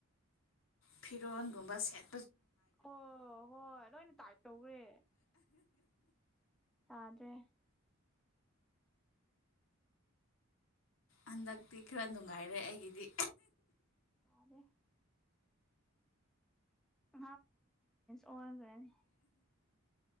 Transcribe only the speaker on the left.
ꯐꯤꯔꯣꯟꯒꯨꯝꯕ ꯁꯦꯠ
ꯍꯟꯗꯛꯇꯤ ꯈꯔ ꯅꯨꯡꯉꯥꯏꯔꯦ ꯑꯩꯒꯤꯗꯤ